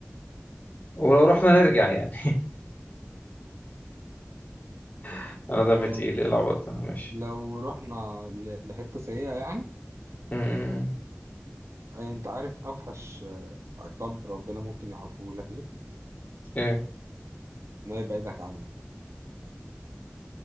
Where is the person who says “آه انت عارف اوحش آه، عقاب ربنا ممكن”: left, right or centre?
Right